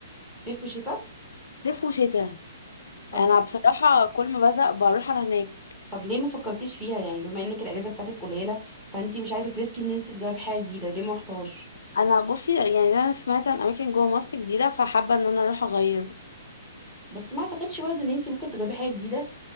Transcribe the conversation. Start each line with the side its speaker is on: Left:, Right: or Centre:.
Centre: صيف وشتاء
Left: صيف وشتاء
Centre: طب
Left: انا بصراحة كل ما بزهق بروح انا هناك
Centre: طب ليه ما فكرتيش فيها يعني بما انك الاجازه بتاعتك قليله فانتي مش عايزه تريسكي ان انت تجربي حاجه جديده ليه ما رحتهاش
Left: انا بصي يعني انا سمعت عن اماكن جوه مصر جديدة فحابة ان انا اروح اغير
Centre: بس ما اعتقدش برضه ان انت ممكن تجربي حاجه جديده